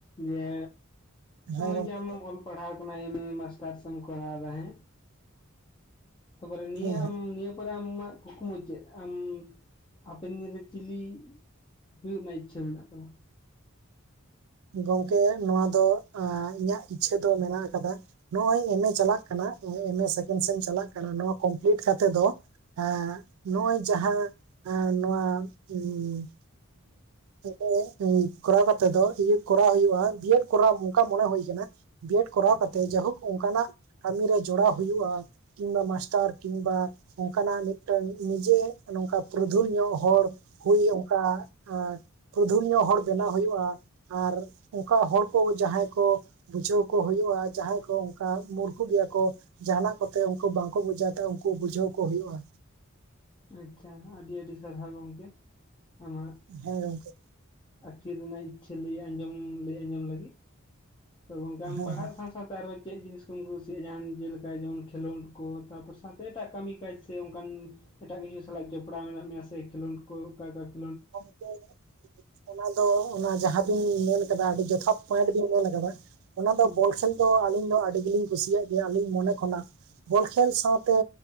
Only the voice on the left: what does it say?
ᱡᱮ
ᱦᱚᱜ-ᱚᱭ
ᱡᱮ ᱟᱢᱮᱢ ᱚᱞ ᱯᱟᱲᱦᱟᱣ ᱠᱟᱱᱟ ᱮᱢ ᱮ ᱢᱟᱥᱴᱟᱨᱥ ᱮᱢ ᱠᱚᱨᱟᱣᱫᱟ ᱦᱮᱸ᱾ ᱛᱟᱯᱚᱨᱮ ᱱᱤᱭᱟᱹ
ᱟᱢ ᱱᱤᱭᱟᱹ ᱯᱚᱨᱮ ᱟᱢ ᱢᱟ ᱠᱩᱠᱢᱩ ᱪᱮᱜ ᱟᱢ ᱦᱟᱯᱮᱱ ᱫᱤᱱ ᱨᱮ ᱪᱤᱞᱤ ᱦᱩᱭᱩᱜ ᱨᱮᱱᱟᱜ ᱤᱪᱪᱷᱟᱹ ᱢᱮᱱᱟᱜ ᱛᱟᱢᱟ?
ᱟᱪᱪᱷᱟ
ᱟᱪᱪᱷᱟ ᱟᱹᱰᱤ ᱟᱹᱰᱤ ᱥᱟᱨᱦᱟᱣ ᱜᱚᱝᱠᱮ ᱟᱢᱟᱜ
ᱟᱹᱠᱷᱤᱞ ᱨᱮᱱᱟᱜ ᱤᱪᱪᱷᱟᱹ ᱞᱟᱹᱭ ᱟᱸᱡᱚᱢ ᱞᱟᱹᱭ ᱟᱸᱡᱚᱢ ᱞᱟᱹᱜᱤᱫ ᱛᱚ ᱜᱚᱝᱠᱢᱮ ᱟᱢ
ᱯᱟᱲᱦᱟᱜ
ᱥᱟᱶ ᱥᱟᱶᱛᱮ ᱟᱨᱚ ᱪᱮᱜ ᱡᱤᱱᱤᱥ ᱠᱚᱢ ᱠᱩᱥᱤᱜᱼᱟ ᱡᱟᱦᱟᱸ ᱡᱮᱞᱮᱠᱟ ᱡᱮᱢᱚᱱ ᱠᱷᱮᱞᱳᱰ ᱠᱚ ᱛᱟᱯᱚᱨ ᱥᱟᱶᱛᱮ ᱮᱴᱟᱜ ᱠᱟᱹᱢᱤ ᱠᱟᱡᱽ ᱥᱮ ᱚᱝᱠᱟᱱ ᱮᱴᱟᱜ ᱠᱤᱪᱷᱩ ᱥᱟᱞᱟᱜ ᱡᱚᱯᱲᱟᱣ ᱢᱮᱱᱟᱜ ᱢᱮᱭᱟ ᱥᱮ ᱠᱷᱮᱞᱳᱰ ᱠᱚ ᱚᱠᱟ ᱚᱠᱚ
ᱦᱩᱸ